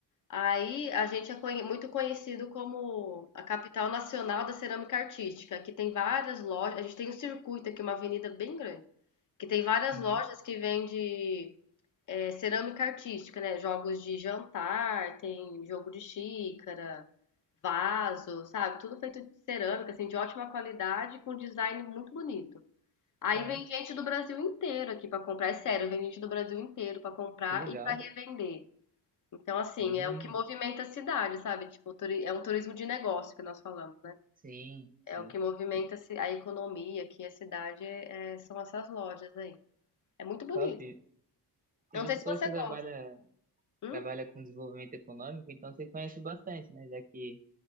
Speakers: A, on the left; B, on the right.
A: Aí a gente é conhe- muito conhecido como a capital nacional da cerâmica artística, que tem várias lojas, a gente tem um circuito aqui, uma avenida bem grande, que tem várias
B: Uhum.
A: lojas que vende é, cerâmica artística, né? Jogos de jantar, tem jogo de xícara, vaso, sabe? Tudo feito de cerâmica, assim, de ótima qualidade, com design muito bonito. Aí
B: Caraca,
A: vem gente do Brasil inteiro aqui pra comprar, é sério, vem gente do Brasil inteiro pra comprar
B: que legal.
A: e pra revender. Então, assim,
B: Hum,
A: é o que movimenta a cidade, sabe? Tipo, turi- é um turismo de negócio que nós falamos, né?
B: sim,
A: É
B: sim.
A: o que movimenta
B: E-
A: a ci- a economia aqui, a cidade, é- é- são essas lojas aí. É muito bonito.
B: Top.
A: Eu
B: E
A: Não
B: você
A: sei se
B: falou
A: você
B: que você trabalha,
A: gosta. Hum?
B: trabalha com desenvolvimento econômico, então você conhece bastante, né? Já que